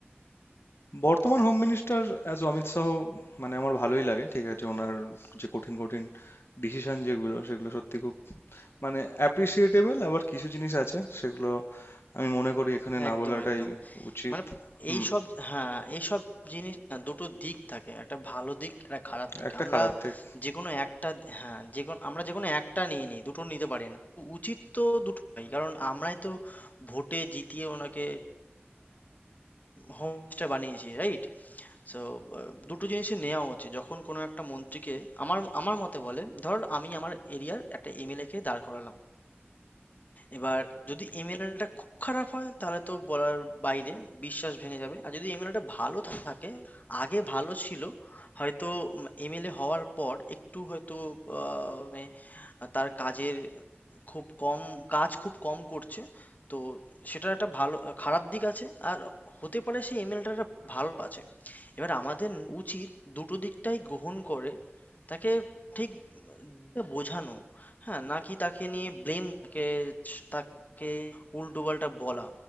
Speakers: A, on the left (about 65°); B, on the left (about 40°).
A: বর্তমান home minister as Amit Shah মানে আমার ভালোই লাগে ঠিক আছে ওনার যে কঠিন কঠিন ডিসিশন যেগুলো সেগুলো সত্যি খুব মানে অ্যাপ্রিসিয়েটেবল আবার কিছু জিনিস আছে সেগুলো আমি মনে করি এখানে না
B: একদম,
A: বলাটাই
B: একদম।
A: উচিত
B: মানে
A: হুম
B: এইসব হ্যাঁ এইসব জিনিস না দুটো দিক থাকে একটা ভালো দিক একটা খারাপ দিক
A: একটা
B: আমরা
A: খারাপ দিক
B: যে কোনো একটা হ্যাঁ যে কোনো আমরা যে কোনো একটা নিয়ে নিই দুটো নিতে পারি না উচিত তো দুটোই কারণ আমরাই তো ভোটে জিতিয়ে ওনাকে হোম মিনিস্টার বানিয়েছি রাইট সো দুটো জিনিসই নেওয়া উচিত যখন কোনো একটা মন্ত্রীকে আমার আমার মতে বলে ধর আমি আমার এরিয়ার একটা এমএলএ কে দাঁড় করালাম এবার যদি এমএলএটা খুব খারাপ হয় তাহলে তো বলার বাইরে বিশ্বাস ভেঙে যাবে আর যদি এমএলএটা ভালো থাকে আগে ভালো ছিল হয়তো এমএলএ হওয়ার পর একটু হয়তো আহ, মানে তার কাজের খুব কম কাজ খুব কম করছে তো সেটার একটা ভালো খারাপ দিক আছে আর হতে পারে সেই এমএলএটা ভালো আছে এবার আমাদের উচিত দুটো দিকটাই গ্রহণ করে তাকে ঠিক বোঝানো, হ্যাঁ? নাকি তাকে নিয়ে ব্লেম কে তাকে উল্টোপাল্টা বলা,